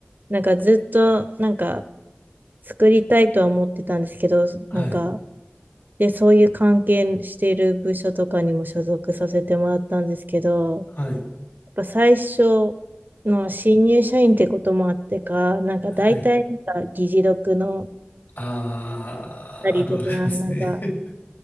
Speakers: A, on the right; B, on the left.
A: なんかずっと、なんか、作りたいとは思ってたんですけど、
B: はい、
A: なんか、で、そういう関係している部署とかにも所属させてもらったんですけど、
B: はい、
A: やっぱ最初の新入社員ってこともあってか、なんか大体なんか議事録の、
B: はい。あー、
A: たりとか、
B: あるあるですね。
A: なんか、
B: <laughs>